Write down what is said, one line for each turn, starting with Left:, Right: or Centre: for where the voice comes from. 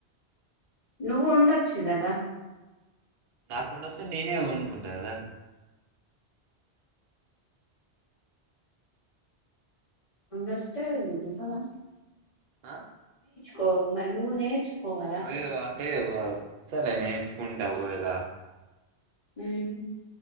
Left: నువ్వు వండొచ్చు గదా
Right: నాకు వండత్తే నేనే వండుకుంటా కదా
Left: వండొస్తే వండుకుంటావా
Right: ఆ
Left: కో మరి నువ్వు నేర్చుకో కదా
Right: నువ్వే <unintelligible> అంటే సరే నేర్చుకుంటా ఒకవేళ
Left: హ్మ్